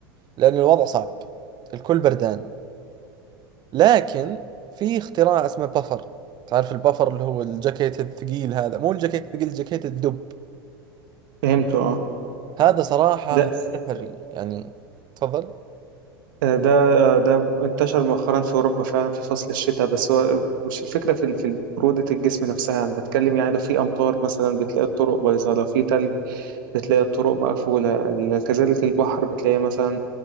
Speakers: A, on the right; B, on the right.
A: لأن الوضع صعب الكل بردان لكن في اختراع اسمه بفر تعرف البفر اللي هو الجاكيت الثقيل هذا مو الجاكيت الثقيل الجاكيت الدب
B: فهمته اه
A: هذا آه. صراحة
B: ده
A: سحري يعني تفضل
B: آه، ده آه، ده انتشر مؤخرا في أوروبا فعلا في فصل الشتاء بس هو مش الفكرة في ال- في برودة الجسم نفسها أنا بتكلم يعني لو في أمطار مثلا بتلاقي الطرق بايظة لو في تلج بتلاقي الطرق مقفولة ال- كذلك البحر بتلاقي مثلا